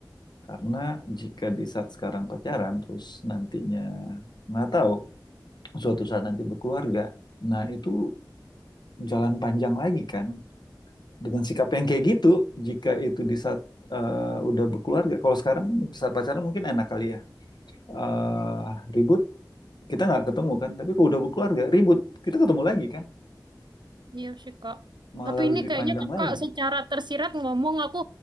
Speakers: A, on the left; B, on the right.
A: karena jika di saat sekarang pacaran terus nantinya nggak tahu suatu saat nanti berkeluarga nah itu jalan panjang lagi kan dengan sikap yang kayak gitu jika itu di saat eh, udah berkeluarga kalau sekarang di saat pacaran mungkin enak kali ya Eh, ribut kita nggak ketemu kan tapi kalau udah berkeluarga ribut kita ketemu lagi kan
B: Iya sih kak.
A: malah
B: Tapi ini
A: lebih
B: kayaknya
A: panjang
B: kakak
A: lagi
B: secara tersirat ngomong aku